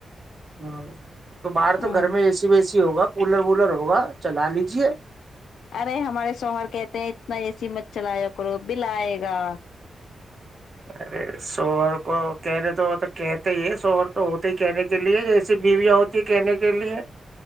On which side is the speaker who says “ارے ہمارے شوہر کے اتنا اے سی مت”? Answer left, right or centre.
Left